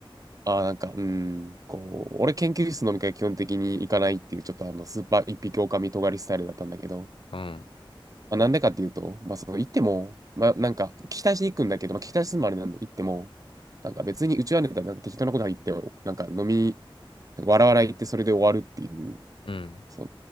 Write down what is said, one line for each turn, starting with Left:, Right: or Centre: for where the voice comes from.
Right: ああ、なんか、うん、こう、俺研究室飲み会基本的に行かないっていう、ちょっとあの、スーパー一匹狼尖りスタイルだったんだけど、
Left: うん、
Right: まあ、なんでかっていうと、まあ、その、行っても、まあ、なんか、聞き出しに行くんだけど、まあ、聞き出しするのもあれなんで、行っても、なんか別にうちはネタなんか適当なこと言って、なんか飲み、なんか笑わないってそれで終わるっていう、
Left: うん、
Right: そ